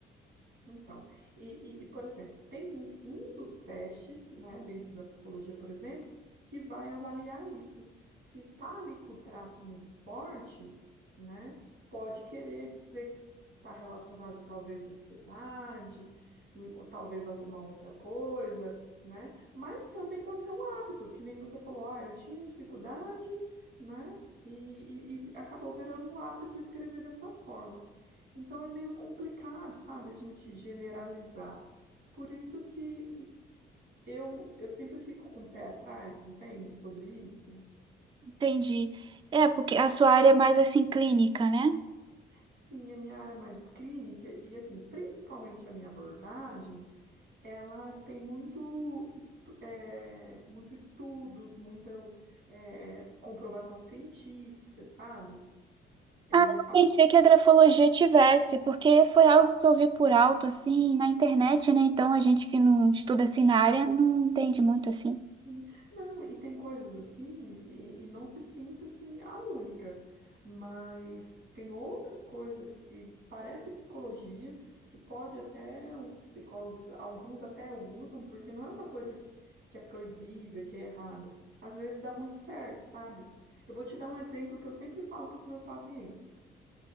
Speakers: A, on the right; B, on the right.
A: Então, e, e- e, por exemplo, tem um, um dos testes, né, dentro da psicologia, por exemplo, que vai avaliar isso. Se tá ali com o traço muito forte, né, pode querer dizer que está relacionado talvez à ansiedade, hum, ou talvez alguma outra coisa, né, mas também pode ser um hábito, que nem você falou, ah, eu tinha dificuldade, né, e, e e acabou virando um hábito escrever dessa forma. Então é meio complicado, sabe, a gente generalizar. Por isso que eu, eu sempre fico com o pé atrás, entende, sobre isso.
B: Entendi. É, porque a sua área é mais assim clínica, né?
A: Sim, a minha área é mais clínica e, assim, principalmente a minha abordagem, ela tem muito, estu é, muito estudos, muita é, comprovação científica, sabe? É,
B: Ah, eu pensei que a grafologia tivesse, porque foi algo que eu vi por alto, assim, na internet, né? Então a gente que não estuda assim na área não entende muito assim.
A: Sim. Não, e tem coisas assim, e, e não se sinta assim a única, mas tem outras coisas que parece psicologia, que pode até os psicólogos, alguns até usam, porque não é uma coisa que, que é proibida, que é errado. Às vezes dá muito certo, sabe? Eu vou te dar um exemplo que eu sempre falo para os meus pacientes.